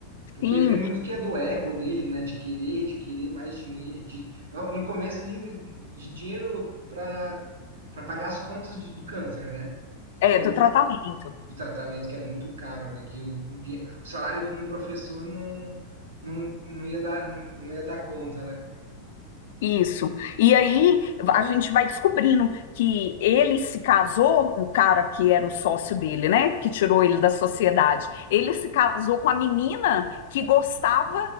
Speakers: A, on the right; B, on the left.
A: Porque
B: Sim,
A: vê muito que é do ego dele, né? De querer, de querer mais dinheiro. De... No no começo ali, de dinheiro para para pagar as contas de- do câncer, né? Que
B: é,
A: é muito,
B: do tratamento.
A: do tratamento, que é muito caro, né? Que o, dinhe- o salário como professor não, não, não ia dar, não ia dar conta, né?
B: Isso. E aí a gente vai descobrindo que ele se casou, o cara que era o sócio dele, né? Que tirou ele da sociedade. Ele se casou com a menina que gostava